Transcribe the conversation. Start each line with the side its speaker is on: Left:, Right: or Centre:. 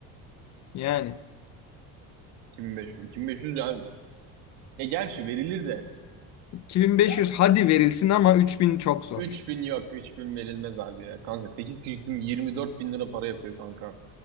Left: Yani.
Right: 2500. 2500 yani. Ya gerçi verilir de.
Left: 2500
Right: Yani
Left: hadi verilsin ama 3000 çok zor.
Right: 3000 yok. 3000 verilmez harbi ya. Kanka 8 kişi 24 bin lira para yapıyor kanka.